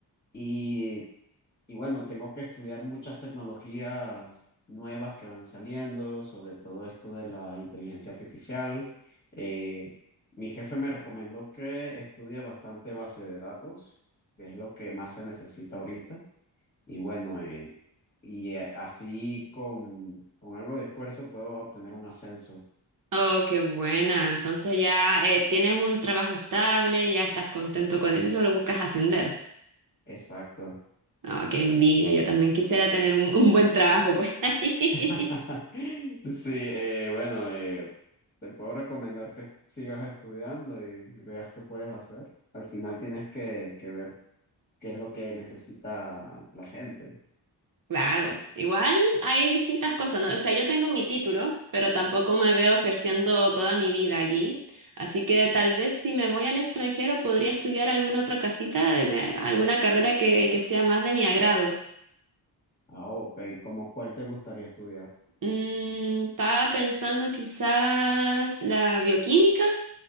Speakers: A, on the left; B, on the right.
A: Y Y bueno, tengo que estudiar muchas tecnologías nuevas que van saliendo, sobre todo esto de la inteligencia artificial. Eh, mi jefe me recomendó que estudie bastante base de datos, que es lo que más se necesita ahorita. Y bueno, eh, y eh, así con, con algo de esfuerzo puedo obtener un ascenso.
B: Oh, qué buena. Entonces ya eh, tienes un trabajo estable, ya estás contento con eso, y solo buscas ascender.
A: Exacto.
B: Oh, qué envidia. Yo también quisiera tener un, un buen trabajo por ahí.
A: <laughs>
B: <laughs>
A: Sí, eh, bueno, eh, te puedo recomendar que sigas estudiando y, y veas qué puedes hacer. Al final tienes que, que ver qué es lo que necesita la gente.
B: Claro, igual hay distintas cosas, ¿no? O sea, yo tengo mi título, pero tampoco me veo ejerciendo toda mi vida allí. Así que tal vez si me voy al extranjero podría estudiar alguna otra casita, de- alguna carrera que, que sea más de mi agrado.
A: Ah, ok, ¿cómo cuál te gustaría estudiar?
B: Mm, estaba pensando quizás la bioquímica